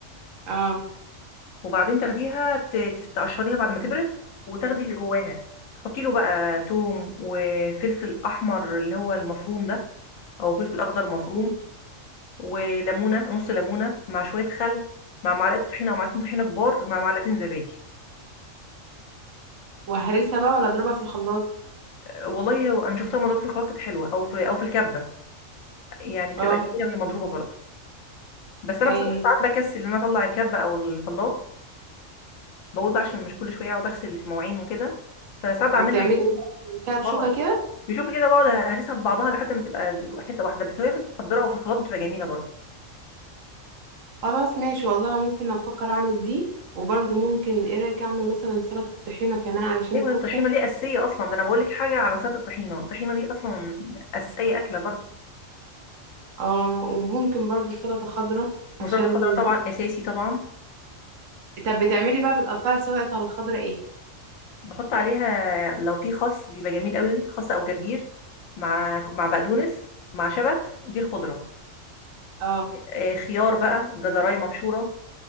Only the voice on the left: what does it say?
وبعدين تاخديها ت- تف- تقشريها بعد ما تبرد وتاخدي اللي جواها تحطي له بقى توم وفلفل احمر اللي هو المفروم ده او فلفل اخضر مفروم
وليمونه نص ليمونه مع شويه خل مع معلقه طحينه او معلقتين طحينه كبار مع معلقتين زبادي
والله انا شفتها مضروبه في خلاط كانت حلوه او في او في الكبه يعني بتبقى
جميله وهي مضروبه برضه بس انا
بصراحه ساعات بكسل ان انا اطلع الكبه او الخلاط بقول بقى عشان مش كل شويه اقعد اغسل المواعين وكده فساعات بعملها
اه
بشوف كده بقعد هرسها في بعضها لحد ما تبقى حته واحده بس هي في المحضره او في الخلاط بتبقى جميله برضه
ايوه
الطحينه دي اساسيه اصلا ده انا بقول لك حاجه على سلطه الطحينه الطحينه دي اصلا اساسيه اكله برضه
وسلطه
الخضره طبعا اساسي طبعا
بحط عليها لو في خس بيبقى جميل قوي خس او جرجير مع مع بقدونس مع شبت دي الخضره
آه، خيار بقى جزرايه مبشوره